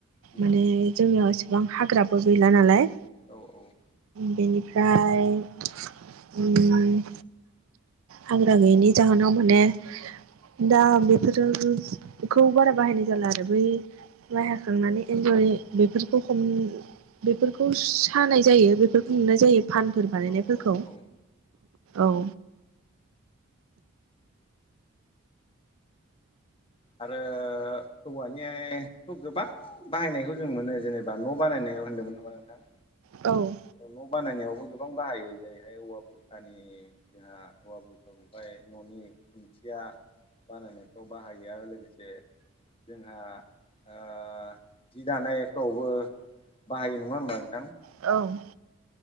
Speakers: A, on the left; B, on the right.
A: उम
B: माने जोंनियाव एसेबां हाग्राबो गैला नालाय।
A: औ औ
B: बेनिफ्राय उम हाग्रा गैयैनि जाहोनाव माने दा बेफोरोखौ बारा बाहायनाय जाला आरो बै माय हाखांनानै एन्जरि बेफोरखौ हम बेफोरखौ सानाय जायो बे बेफोरखौ नुनाय जायो फानफोर बानायनायफोरखौ
A: औ औ औ
B: औ।
A: आरो औवानिखौ गोबां बाहायनायखौ जों मोनो जेनेबा न' बानायनाय होन्दोंमोन होमबा नोंथां
B: औ
A: न' बानायनायावबो गोबां बाहायो जेरैहाय औवा बुरखानि जोंहा औवा बेफोरखौहाय न'नि खुन्थिया बानायनायफ्राव बाहायो आरो लोगोसे जोंहा ओ जि दानायफ्रावबो बाहायो नङा होमबा नोंथां?
B: औ